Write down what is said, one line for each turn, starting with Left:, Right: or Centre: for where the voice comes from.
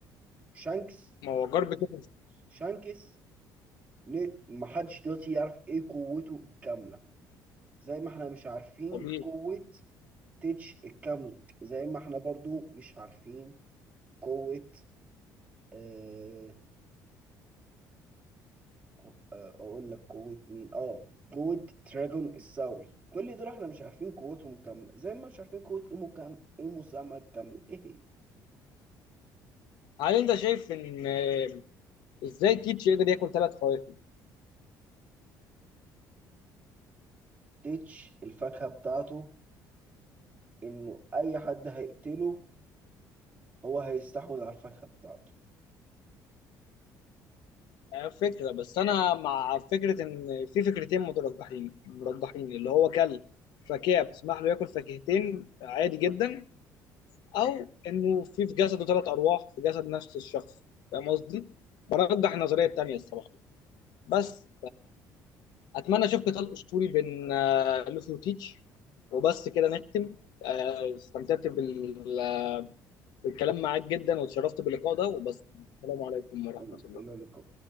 Right: شانكس
Left: ما هو جرب كده مش
Right: شانكس ن- محدش دلوقتي يعرف إيه قوته الكاملة زي ما احنا مش عارفين
Left: طبيعي
Right: قوة تيتش الكاملة زي ما احنا برضو مش عارفين قوة آه قو- آه، أقول لك قوة مين آه قوة تراجون الثوري كل دول احنا مش عارفين قوتهم كاملة زي ما مش عارفين قوة إيمو كام إيمو ساما الكاملة إيه هي
Left: هل انت شايف ان آه، ازاي تيتش يقدر ياكل ثلاث فواكه
Right: تيتش الفاكهة بتاعته انه اي حد هيقتله هو هيستحوذ على الفاكهه بتاعته
Left: آه، فكرة بس أنا مع فكرة إن في فكرتين مرجحين مرجحين اللي هو كلب فاكهة بتسمح له ياكل فاكهتين عادي جدا أو إنه في في جسده ثلاث أرواح في جسد نفس الشخص فاهم قصدي؟ برجح النظرية التانية الصراحة بس فأتمنى أشوف قتال أسطوري بين آه، لوفي وتيتش وبس كده نختم آه، استمتعت بال- بالكلام معاك جدا واتشرفت باللقاء ده وبس السلام عليكم ورحمة
Right: تمام
Left: الله
Right: الى اللقاء